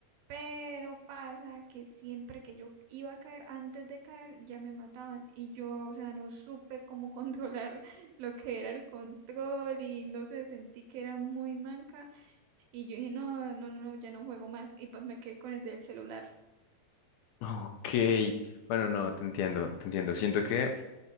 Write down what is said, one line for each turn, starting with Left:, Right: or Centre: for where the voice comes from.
Right: Pero pasa que siempre que yo iba a caer, antes de caer, ya me mataban. Y yo, o sea, no supe cómo <laughs> controlar lo que era el control y no sé, sentí que era muy manca. Y yo dije, no, no, no, ya no juego más. Y pues me quedé con el del celular.
Left: Ok, bueno, no, te entiendo, te entiendo. Siento que